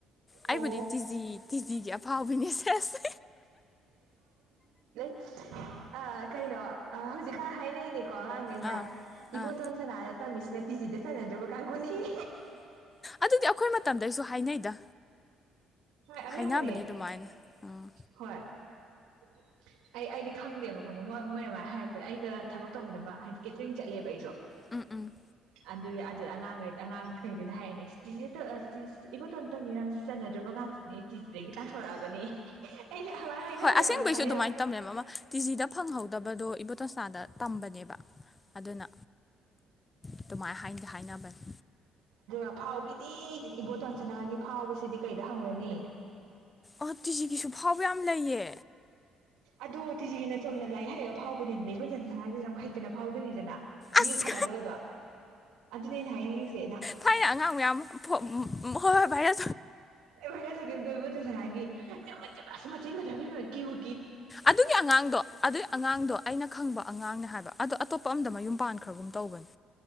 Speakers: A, on the left; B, on the right.
A: ꯑꯩꯕꯨꯗꯤ
B: ꯑꯣ
A: ꯇꯤꯖꯤ ꯇꯤꯖꯤꯒꯤ ꯑꯐꯥꯎꯕꯤꯅꯤ ꯁꯦꯁ
B: ꯑ ꯀꯩꯅꯣ ꯑ ꯍꯧꯖꯤꯛꯀꯥꯟ ꯍꯥꯏꯅꯩꯅꯦ ꯀꯉꯩꯅ
A: ꯑꯥ
B: ꯏꯕꯣ
A: ꯑꯥ
B: ꯑꯣꯟ ꯁ ꯍꯥꯏ ꯃꯁ ꯌꯥ ꯇꯤꯁꯤꯖꯤꯗ ꯆ ꯅꯍꯣ ꯀ ꯀꯥꯡꯒꯨꯅꯤ
A: ꯑꯗꯨꯗꯤ ꯑꯩꯈꯣꯏ ꯃꯇꯝꯗ ꯑꯩꯁꯨ ꯍꯥꯏꯅꯩꯗ
B: ꯍ ꯑꯦ
A: ꯍꯥꯏꯅꯕꯅꯦ
B: ꯃꯅꯤ
A: ꯑꯗꯨꯃꯥꯏꯅ ꯑꯥ
B: ꯍ ꯑꯩ ꯑꯩꯗꯤ ꯈꯪꯗꯦꯕ ꯈꯪꯕ ꯃꯣꯏ ꯃꯣꯏꯅꯃꯥꯏꯅ ꯍꯥꯏꯔꯛꯄ ꯑꯩꯒ ꯊꯕꯛ ꯇꯧꯃꯤꯟꯅꯕ ꯍꯥꯏꯗꯤ ꯀꯦꯇꯔꯤꯡ ꯆꯠꯂꯦꯕ ꯑꯩꯗꯣ
A: ꯎꯝ ꯎꯝ
B: ꯑꯗꯨ ꯑꯗꯨ ꯑꯉꯥꯡꯈꯩ ꯑꯉꯥꯡꯈꯩꯗꯨꯅ ꯍꯥꯏꯔꯛꯑꯅꯦꯇꯦ ꯏꯕꯣꯇꯣ ꯇꯝꯕꯤ ꯃꯔꯝꯦ ꯆꯠꯅꯗ꯭ꯔꯕ ꯉꯥꯛꯇ ꯅ ꯇꯤꯖꯤꯗꯒꯤ ꯇꯥꯟꯊꯣꯔꯛꯑꯕꯅꯦ ꯑꯩꯩꯅ ꯑꯋꯥ ꯍꯥꯏꯅꯕ꯭ꯔꯥ
A: ꯍꯣꯏ ꯑꯁꯦꯡꯕꯩꯁꯨ
B: ꯍꯥꯏꯅꯁ ꯍꯥꯏꯅꯕ
A: ꯑꯗꯨꯃꯥꯏꯅ ꯇꯝꯃꯦꯕ ꯑꯃ ꯇꯤꯖꯤꯗ ꯐꯪꯍꯧꯗꯕꯗꯣ ꯏꯕꯣꯇꯣꯟꯁꯅꯥꯗ ꯇꯝꯕꯅꯦꯕ ꯑꯗꯨꯅ ꯑꯗꯨꯃꯥꯏꯅ ꯍꯥꯏꯗꯤ ꯍꯥꯏꯅꯕꯅꯤ
B: ꯑ ꯐꯥꯎꯕꯤꯗꯤ ꯏꯕꯣꯇꯣꯟꯁꯅꯥꯒꯤ ꯐꯥꯎꯕꯁꯤꯗꯤ ꯀꯩꯗ ꯍꯪꯒꯅꯤ
A: ꯑ ꯇꯤꯖꯤꯒꯤꯁꯨ ꯐꯥꯎꯕ ꯌꯥꯝ ꯂꯩꯌꯦ
B: ꯑꯗ ꯇꯤꯖꯤꯒꯤꯅ ꯆꯝꯅ ꯂꯥꯛꯏ ꯍꯥꯏꯔꯒ ꯐꯥꯎꯕ ꯑꯗꯨꯗꯤꯗ ꯅ ꯑꯩꯕꯨꯖꯟ ꯁꯅꯥꯒꯤꯦ ꯍꯩꯇꯅ ꯐꯥꯎꯗꯣꯏꯅꯤꯁꯤꯅ ꯃꯤꯒ
A: ꯑꯁ
B: ꯈꯠꯅꯕꯒꯗꯣ ꯑꯗꯨ ꯑꯗꯨ ꯅ ꯍꯥꯏꯅꯤꯁꯦ
A: ꯐꯅ ꯑꯉꯥꯡ ꯃꯌꯥꯝ ꯍꯣꯏ ꯍꯣꯏ ꯚꯥꯏꯔ
B: ꯑꯦ ꯁ ꯀ ꯇꯕꯨꯁꯒꯦ ꯃ ꯃꯦꯕꯁ ꯃꯥ ꯆꯤꯡꯉ ꯊ ꯀꯕꯨ
A: ꯑꯗꯨꯒꯤ ꯑꯉꯥꯡꯗꯣ ꯑꯗꯨꯒꯤ ꯑꯉꯥꯡꯗꯣ ꯑꯩꯅ ꯈꯪꯕ ꯑꯉꯥꯡꯅꯦ ꯍꯥꯏꯕ ꯑꯣ ꯑꯇꯣꯞꯄ ꯑ ꯌꯨꯝꯄꯥꯟ ꯈꯔꯒꯨꯝ ꯇꯧꯕꯅꯤ